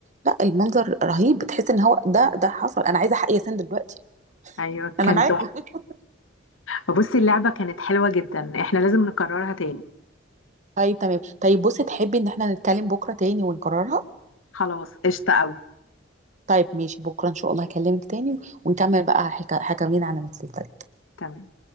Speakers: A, on the right (about 40°); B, on the left (about 85°).
A: لا المنظر رهيب بتحس ان هو ده ده حصل انا عايزه حق ياسين دلوقتي
B: أيوة
A: انا
B: كان
A: معاكم
B: تحفة
A: <laughs>
B: بصي اللعبة كانت حلوة جدا احنا لازم نكررها تاني
A: طيب تمام طيب بصي تحبي ان احنا نتكلم بكره تاني ونكررها
B: خلاص قشطة أوي
A: طيب ماشي بكره ان شاء الله هكلمك تاني ونكمل بقى حكا حكاوينا عن المسلسل
B: تمام